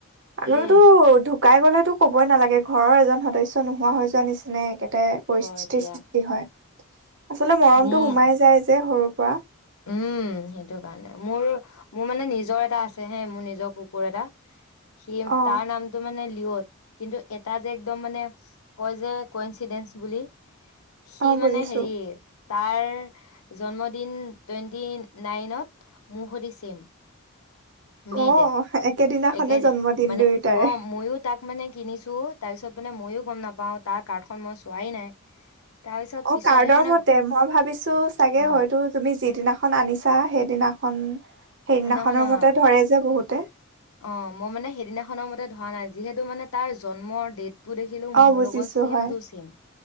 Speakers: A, on the right (about 55°); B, on the left (about 80°).
A: আৰুতো
B: উম
A: ঢুকাই গ'লে তো ক'বই নালাগে ঘৰৰ এজন সদস্যু নোহোৱা হৈ যোৱা নিচিনাই একে পৰিস্থিতিৰ
B: হয় দিয়া
A: সৃষ্টি হয় আচলতে মৰমটো
B: মোৰ
A: সোমাই যায় যে সৰুৰ পৰা
B: উম সেইটোকাৰণে, মোৰ-মোৰ মানে নিজৰ এটা আছে হে, মোৰ নিজৰ কুকুৰ এটা সি
A: অ
B: তাৰ নামটো মানে <unintelligible> কিন্তু এটা যে একদম মানে কয় যে, ক'ইনচিডেন্স বুলি সি
A: অ বুজিছো
B: মানে হেৰি তাৰ জন্মদিন টুৱেণ্টি-নাইনত মোক হতি চেম মেতে,
A: অ একেদিনাখনে
B: একে দে-মানে,
A: জন্মদিন দুয়োটাৰে
B: অ' মইও তাক মানে কিনিছো। তাৰপিছ পিছত মানে মইয়ো গম নাপাও তাৰ কাৰ্ডখন মই চোৱাই নাই। তাৰ পিছত
A: অ'
B: পিছতহে
A: কাৰ্ডৰ
B: মানে
A: মতে মই ভাবিছো চাগে
B: অ
A: হয়তো তুমি যিদিনাখন আনিছা সেইদিনাখন খন সেইদিনাখনৰ
B: নহয় নহয়
A: মতে ধৰে যে বহুত তে
B: অ' মই মানে সেইদিনাখনৰ মতে ধৰা নাই, যিহেতু মানে তাৰ জন্মৰ ডেট তো দেখিলো
A: অ
B: মোৰ
A: বুজিছো
B: লগত চেইম-টো-চেইম,
A: হয়